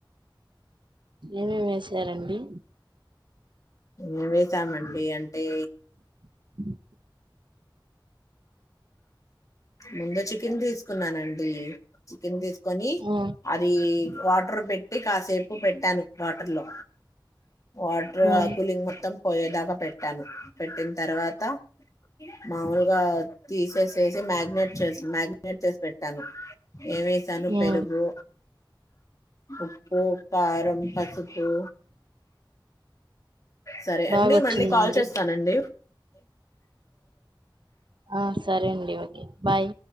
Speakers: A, on the right; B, on the left.
A: ఏమేమి వసారండి
B: ఏమేతామండి అంటే
A: అ
B: ముందు చికెన్ తీసుకున్నానండి చికెన్ తీసుకొని
A: ఆ
B: అది వాటర్ పెట్టి కాసేపు పెట్టి ట్యాన్ వాటర్ లో వాటర్
A: ఆ
B: కూలింగ్ మొత్తం పోయేదాకా పెట్టాను పెట్టిన తర్వాత మాముూలుగా తీసేసేసి మ్యాగ్ిననేట్ చేసి మ్యాగ్ిననేట్ చేసి పెట్టాను ఏమేస్తాను పెరుగు
A: ఆ
B: ఉప్పు పారం పసుపు సరే
A: బాగొచ్చిందండి
B: అండి మళ్ళీ కాల్ చేస్తానండి
A: ఆ సరే అండి ఓకే బాయ్